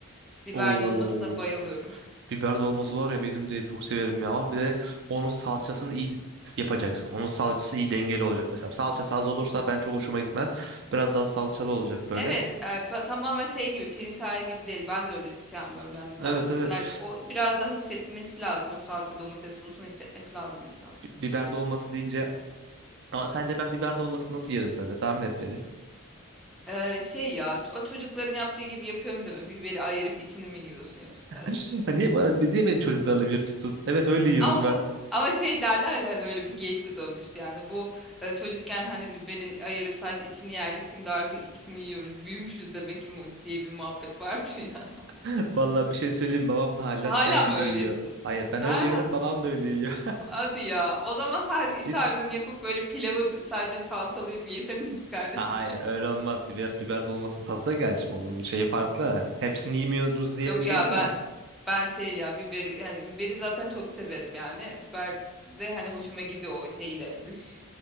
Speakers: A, in the centre; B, on the right.
A: Biber
B: Oo.
A: dolmasına bayılıyorum.
B: Biber dolması var ya benim de çok severim ya ama bir de onun salçasını iyi yapacaksın. Onun salçası iyi dengeli olacak mesela. Salçası az olursa ben çok hoşuma gitmez. Biraz daha salçalı olacak böyle.
A: Evet, e, pa- tamamen şey gibi pirinç hali gibi değil. Ben de öyle şey yapmıyorum yani
B: Evet
A: da, e, güzel.
B: evet.
A: O biraz daha hissetmesi lazım. O salça domates sosunu hissetmesi lazım insan.
B: Bi- Biber dolması deyince ama sence ben biber dolması nasıl yerim sence? Tahmin et beni.
A: Ee, şey ya ç- o çocukların yaptığı gibi yapıyorum deme. Biberi ayırıp içini mi yiyorsun yoksa sadece.
B: <laughs> Ha, niye, bana- niye benim çocuklarla bir tutun? Evet öyle yiyorum
A: Ama bu
B: ben.
A: ama şey derler ya hani öyle bir geyik de dönmüştü yani. Bu e, çocukken hani biberi ayırıp sadece içini yerdik. Şimdi artık ikisini yiyoruz. Büyümüşüz demek ki mu- diye bir muhabbet vardır ya.
B: <laughs> Vallahi bir şey söyleyeyim babam
A: <laughs>
B: da halen
A: Hala
B: ben
A: mı
B: gibi
A: öylesin?
B: yiyor. Hayır ben
A: Ha,
B: öyle yiyorum babam da öyle yiyor.
A: Hadi ya. O zaman sadece iç
B: <laughs> Biz
A: harcını yapıp böyle pilavı sadece salatalayıp yeseniz <laughs> kardeşim.
B: Ha, hayır öyle olmaz. Biber biber dolmasının tadı da gelecek. Onun şeyi farklı. Hepsini yemiyoruz diye
A: Yok
B: şey
A: ya
B: mi?
A: ben ben şey ya biberi yani biberi zaten çok severim yani. Biber de hani hoşuma gidiyor o şeyle dış